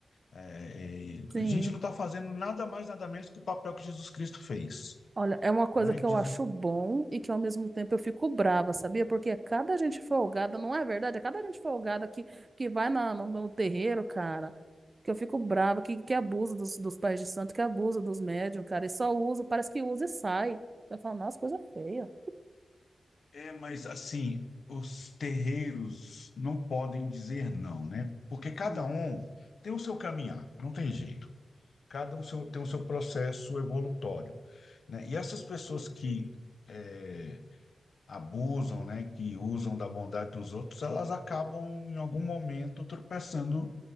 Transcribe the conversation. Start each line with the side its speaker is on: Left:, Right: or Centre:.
Left: É, é,
Right: Sim.
Left: a gente não está fazendo nada mais, nada menos que o papel que Jesus Cristo fez,
Right: Olha, é uma coisa
Left: né?
Right: que
Left: Que
Right: eu
Left: Jesus...
Right: acho bom e que ao mesmo tempo eu fico brava, sabia? Porque é cada gente folgada, não é verdade? É cada gente folgada que, que vai na, no, no terreiro, cara, que eu fico brava, que, que abusa dos, dos pais de santo, que abusa dos médiums, cara, e só usa, parece que usa e sai. Eu falo, nossa, coisa feia.
Left: É, mas assim, os terreiros não podem dizer não, né? Porque cada
Right: Sim.
Left: um tem o seu caminhar, não tem jeito. cada um seu- tem o seu processo evolutório, né? E essas pessoas que eh, abusam, né, que usam da bondade dos outros, elas acabam em algum momento tropeçando